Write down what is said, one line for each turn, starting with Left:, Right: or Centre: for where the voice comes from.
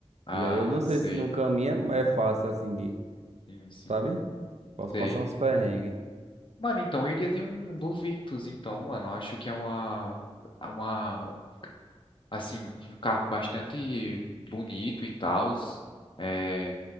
Left: Ah,
Right: E aí eu não sei
Left: sei.
Right: se no caminho é, é fácil assim de,
Left: Sim, sim,
Right: sabe? Posso
Left: sei.
Right: passar uns perrengues.
Left: Mano, então eu iria de um do Victus, então, mano. Eu Acho que é uma, é uma assim, um carro bastante bonito e tal. é,